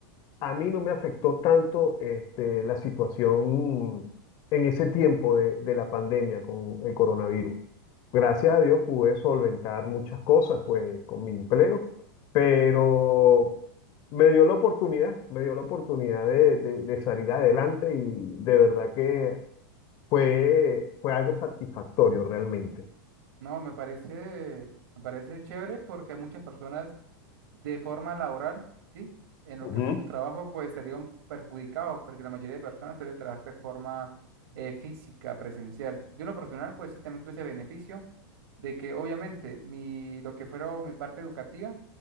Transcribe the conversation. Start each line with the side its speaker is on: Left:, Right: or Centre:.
Left: a mí no me afectó tanto este, la situación en ese tiempo de, de la pandemia con el coronavirus. Gracias a Dios pude solventar muchas cosas, pues, con mi empleo, pero me dio la oportunidad, me dio la oportunidad de, de- de salir adelante y de verdad que fue, fue algo satisfactorio realmente.
Right: No, me parece, me parece chévere porque muchas personas de forma laboral, ¿sí? En lo
Left: Ujú,
Right: que fue sus trabajos, pues serían perjudicados porque la mayoría de personas suele trabajar de forma eh, física, presencial. Yo en lo personal, pues sí, también tuve ese beneficio de que obviamente mi, lo que fuera mi parte educativa,